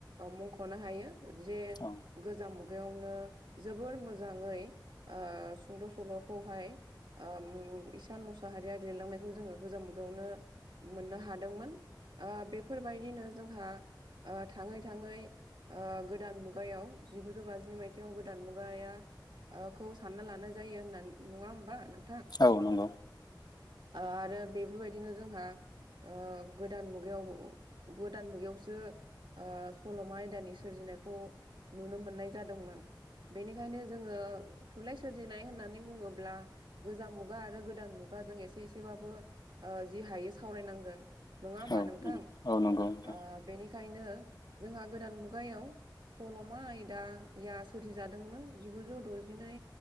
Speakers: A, on the right; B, on the left.
A: मुंख'नो हायो जे।
B: औ
A: गोजाम मुगायावनो जोबोर मोजाङै सुंद' सल'खौहाय ओ इसान मुसाहारिया लिरलांनायखौ जोङो गोजाम मुगायावनो मोननो हादोंमोन बेफोरबायदिनो जोंहा थाङै थाङै। ओ गोदान मुगायाव जिगुजौ बाजिनै मायथाइयाव गोदान मुगाया खौ सानना लानाय जायो होनना नङा होमबा नों।
B: औ नंगौ
A: आरो बेफोरबायदिनो जोंहा ओ गोदान मुगायाव गोदान मुगायावसो ओ सल'मा आयदानि सोरजिनायखौ नुनो मोननाय जादोंमोन। बेनिखायनो जोङो थुनलाइ सोरजिनाय होननानै बुङोब्ला। गोजाम मुगा आरो गोदान मुगााजों एसे एसेबाबो जि हायस्ट सावोन ना ह
B: औ
A: नोंथांनि।
B: नंगौ औ नंगौ नोंथां
A: बेखायनो जोंहा गोदान मुगायाव। सल'मा आयदाया सोरजिजादोंमोन जिगुजौ द'जिनै